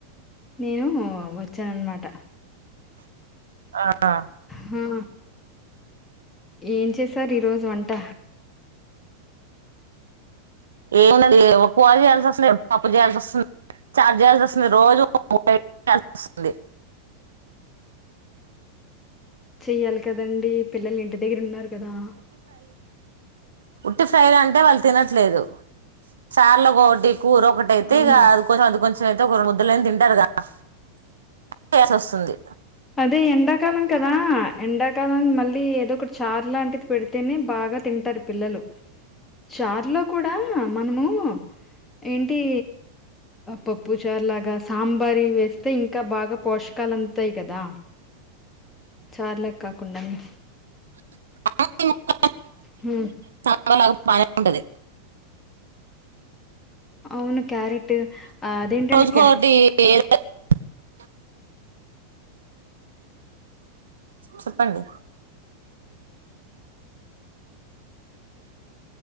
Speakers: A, on the left (about 15°); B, on the right (about 65°).
A: నేను వచ్చానన్నమాట
B: ఆ
A: హా, ఏం చేసారు ఈరోజు వంట
B: ఏమున్నది కుర్ర చేయాల్సి అసలే పప్పు చేయాల్సి వస్తుంది చారు చేయాల్సి వస్తుంది రోజు చేయాల్సి వస్తుంది
A: చెయ్యాలి కదండీ పిల్లలు ఇంటి దగ్గర ఉన్నారు కదా
B: ఉట్టి ఫ్రై అంటే వాళ్ళు తినట్లేదు చార్లు ఒకటి కూర ఒకటి టీ అయితే
A: అవును
B: ఇక అది కొంచం అది కొంచం అయితే ఒక రెండు ముదులుని తింటారు కదా అందుకు చేయాల్సి వస్తుంది
A: అదే ఎండాకాలం కదా ఎండాకాలం మళ్ళీ ఏదో ఒకటి చార్ లాంటిది పెడితేనే బాగా తింటారు పిల్లలు చార్ లో కూడా మనము ఏంటి పప్పు చారులాగా సాంబార వేస్తే ఇంకా బాగా పోషక కాలు అందుతాయి కదా చార్ లాగ కాకుండానీ
B: <unintelligible>
A: ఉమ్
B: <unintelligible> బానే ఉంటది
A: అవును క్యారెట్ ఆ అదేంటండి
B: రోజుకోటి <inaudible> చెప్పండి